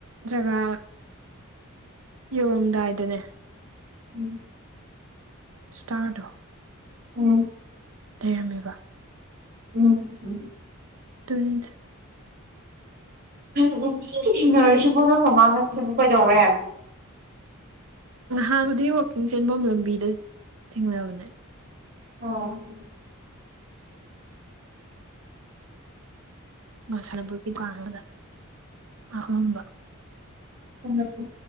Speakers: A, on the right (about 65°); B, on the right (about 50°).
A: ꯖꯒꯥ ꯌꯧꯔꯝꯗꯥꯏꯗꯅꯦ
B: ꯎꯝ
A: ꯁ꯭ꯇꯥꯔꯗ
B: ꯎꯝ
A: ꯂꯩꯔꯝꯃꯤꯕ
B: ꯎꯝ ꯎꯝ
A: ꯇ
B: ꯎꯝ ꯎꯝ ꯁꯤ ꯊꯤꯡꯅꯔꯨꯁꯤꯕꯣ ꯅꯪ ꯃꯃꯥꯡꯉꯁꯤ ꯑꯃꯨꯛ ꯀꯩꯗꯧꯔꯦ ꯍꯥꯏꯕꯅꯣ
A: ꯅꯍꯥꯟꯕꯨꯗꯤ ꯋꯥꯛꯀꯤꯡ ꯆꯦꯟꯐꯝ ꯂꯝꯕꯤꯗ ꯊꯦꯡꯅꯕꯅꯦ
B: ꯑꯣ
A: ꯉ ꯁꯅꯕꯒꯤ ꯗꯨꯀꯥꯟ ꯑꯃꯗ ꯑꯍꯣꯡꯕ
B: ꯎ